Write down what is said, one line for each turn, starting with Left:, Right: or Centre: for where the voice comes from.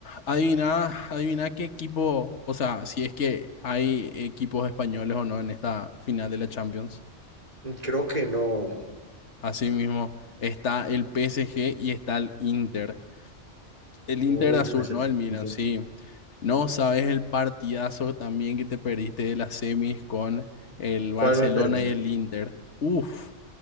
Left: adivina, adivina qué equipo, o sea, si es que hay equipos españoles o no en esta final de la Champions.
Right: Creo que no.
Left: Asimismo, está el PSG y está el Inter. El Inter
Right: Uf,
Left: azul,
Right: ese
Left: no
Right: partido.
Left: el Milan, sí. No sabes el partidazo también que te perdiste de las semis con el Barcelona
Right: ¿Cuál me perdí?
Left: y el Inter. Uf,